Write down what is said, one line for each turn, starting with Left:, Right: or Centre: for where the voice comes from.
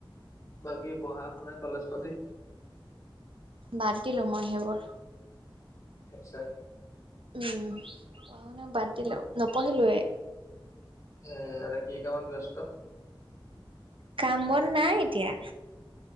Left: বাকী পঢ়া শুনা কলেজ পাতি।
Right: বাদ দিলো মই সেইবোৰ।
Left: আচ্ছা
Right: উম পঢ়া শুনা বাদ দিলো নপঢ়িলোয়ে।
Left: উম বা কি কামত ব্যস্ত।
Right: কাম বন নাই এতিয়া।